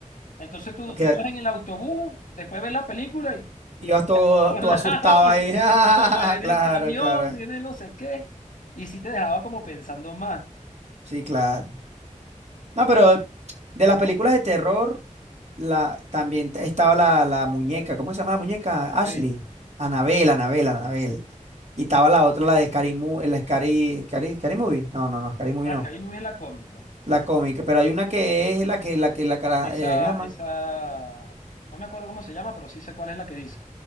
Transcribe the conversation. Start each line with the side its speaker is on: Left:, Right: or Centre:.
Left: Entonces tú,
Right: Que
Left: tú ibas en el autobús, después ves la película y,
Right: ibas
Left: y ya
Right: todo,
Left: a todos
Right: todo
Left: lados,
Right: asustado
Left: <laughs> porque
Right: ahí. <laughs> Ah,
Left: como viene
Right: Claro,
Left: el camión,
Right: claro.
Left: viene no sé qué. Y sí te dejaba como pensando más.
Right: Sí, claro. No, pero de las películas de terror, la, también te- estaba la, la muñeca. ¿Cómo se llama la muñeca?
Left: Anabel.
Right: Ashley. Anabel, Anabel, Anabel. Y estaba la otra, la de Scary Movie, la Scary, Scary, Scary Movie. No, no, no, Scary Movie
Left: Ah,
Right: no.
Left: que ahí me vi la cómica.
Right: La cómica, pero hay una que es la que, la que, la cara,
Left: Esa,
Right: eh, ¿me llama?
Left: esa, no me acuerdo cómo se llama, pero sí sé cuál es la que dice.